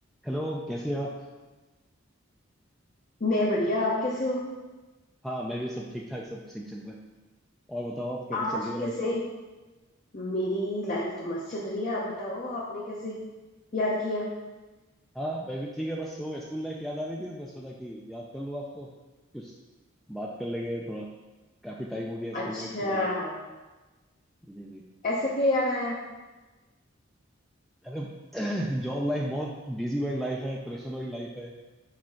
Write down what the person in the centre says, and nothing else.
Hello कैसी हैं आप
हाँ मैं भी सब ठीक ठाक सब ठीक चल रहा है और बताओ आप कैसी
चल रही है
लाइफ
हाँ मैं भी ठीक है बस वो स्कूल लाइफ याद आ रही थी तो मैं सोचा कि याद कर लूँ आपको कुछ बात कर लेंगे थोड़ा काफी टाइम हो गया स्कूल
लाइफ छोड़े हुए जी जी
अरे <clears throat> जॉब लाइफ बहुत बिजी वाली लाइफ है प्रेशर वाली लाइफ है